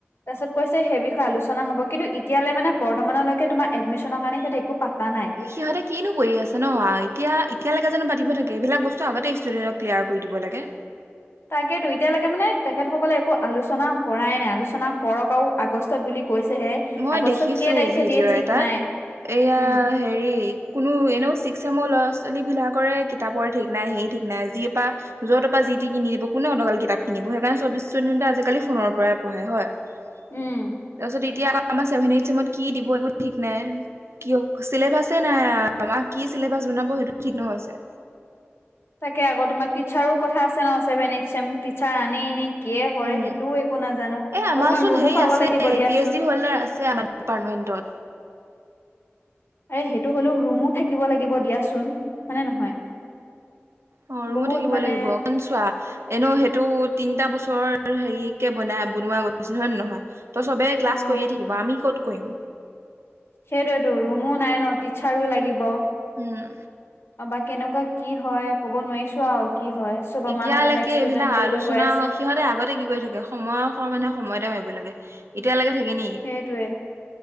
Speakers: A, on the left (about 60°); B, on the right (about 70°).
A: তাৰপিছত কৈছে সেই বিষয়ে আলোচনা হ'ব কিন্তু এতিয়ালৈ মানে, বৰ্তমানলৈকে তোমাৰ এডমিশনৰ কাৰণে সেইয়াত একো পাতা নাই।
B: সিহঁতে কিনো কৰি আছে ন এতিয়া। এতিয়ালৈকোনো পাতিব থাকে, এইবিলাক বস্তু আগতে ষ্টুডেণ্টক ক্লিয়াৰ কৰি দিব লাগে।
A: তাকে দু এতিয়ালৈকে মানে তেখেতসকলে একো আলোচনা কৰাই নাই, আলোচনা কৰক আৰু আগষ্টত বুলি কৈছেহে।
B: মই
A: আগষ্টত
B: দেখিছো
A: কেই তাৰিখে
B: ভিডিঅ'
A: দিয়ে ঠিক
B: এটাত,
A: নাই
B: এয়া
A: উম
B: হেৰি কোনো এনেও ছিক্স চেমৰ ল'ৰা-ছোৱালীবিলাকৰে কিতাপৰ ঠিক নাই সেই ঠিক নাই যি পৰা য' তৰ পৰা যি, তি তিকিনি দিব কোনে অডকাল কিতাপ কিনিব, সেইকাৰণে চব ইচুডেনে আজিকালি ফোনৰ পৰাই পঢ়ে হয়? তাৰপাছত
A: উম
B: এতিয়া আকৌ আমাৰ চেভেন, এইত চেমত কি দিব একো ঠিক নাই। কিয় চিলেবাছে নাই, আমাক কি চিলেবাছ বনাব সেইটো ঠিক নহয়ছে।
A: তাকে আকৌ তোমাৰ টিচাৰো কথা আছে ন চেভেন-এইট চেম টিচাৰ আনি এনেই কিয় কৰে
B: উম
A: সেইটোও একো নাজানো,
B: এ আমাৰচোন
A: তোমাৰ ৰুমো
B: হেৰি
A: পাব
B: আছে
A: লাগিব দিয়াচোন।
B: পি এইচ ডি আছে আম ডিপাৰ্টমেণ্টত।
A: আৰে সেইটো হলেও ৰুমো থাকিব লাগিব দিয়াচোন, হয়নে নহয়?
B: অ ৰুমো
A: বহুত
B: থাকিব
A: মানে
B: লাগিব, কন চোৱা এনেও সেইটো তিনিটা বছৰৰ হেৰিকে বনাই বনোৱা গৈছিল হয়, ন নহয়? ত চবে ক্লাছ
A: অ
B: কৰিয়ে থাকিব, আমি ক'ত কৰিম।
A: সেইটোৱে টো ৰুমো নাই ন টিচাৰো লাগিব?
B: উ'ম।
A: অ বা কেনেকুৱা কি হয়, ক'ব নোৱাৰিছো আৰু কি হয়। চব
B: এতিয়ালৈকে
A: আমাৰ লগতে এক্সপেৰিমেন্ট
B: এইবিলাক
A: কৰি
B: আলোচনা
A: কৰি গৈ আছে
B: সিহঁতে আগতে কি কৰি থাকে? সময় খ মানুহে সময় এতে মাৰিব লাগে, এতিয়ালৈকে থাকে নি?
A: সেইটোৱে